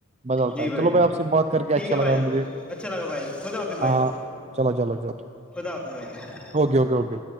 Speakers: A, on the right (about 30°); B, in the centre.
A: بدلتا
B: جی
A: ہے چلو
B: جان
A: بھائی آپ سے بات کر کے
B: ٹھیک
A: اچھا
B: ہے
A: لگا
B: بھائی جان
A: مجھے
B: اچھا لگا بھائی ج خدا حافظ بھائی
A: ہاں
B: جان
A: چلو چلو چلو
B: خدا حافظ بھائی ج
A: اوکے اکے اوکے